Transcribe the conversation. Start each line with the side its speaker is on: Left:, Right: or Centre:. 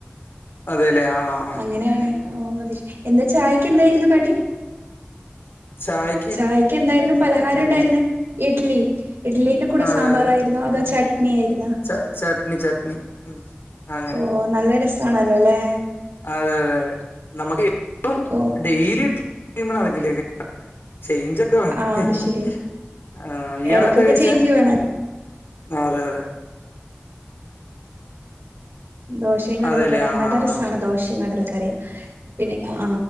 Left: അതെലെ ആ ആഹ്
Right: അങ്ങനെയാണ് ഓ അത് ശ, എന്താ ചായക്ക് എന്തായിരുന്നു കടി?
Left: ചായി
Right: ചായ്ക്ക് എന്തായിരുന്നു പലഹാരം ഉണ്ടായിരുന്നെ ഇഡ്ലി ഇഡ്ലിന്റെ- കൂടെ
Left: അതെ
Right: സാമ്പാറായിരുന്നോ,
Left: അതെ
Right: അതോ ചട്നി ആയിരുന്നോ?
Left: ച ചട്നി ചട്നി, ഉം അങ്ങനെ
Right: ഓഹ് നല്ല രസാണല്ലോ ല്ലെ.
Left: അതെ അതെ അതെ നമുക്കി പ്പം
Right: ഓ
Left: ഡെയിലി ഇഡ്ലി ഒന്നും നടക്കില്ല. <unintelligible> ചെയിഞ്ചോ <unintelligible>
Right: ആഹ് അത് ശെരി
Left: ആഹ് ഇയാളെന്തെ
Right: എടക്കൊക്കെ
Left: കഴിച്ചെ?
Right: ചേഞ്ച് വേണം
Left: ആ അതെ അതെ
Right: ദോശേം കടലക്കറീം
Left: അതെല്ലേ ആഹ്
Right: നല്ല
Left: ആഹ്
Right: രസാണ് ദോശേം കടലക്കറിയും. പിന്നെ ആ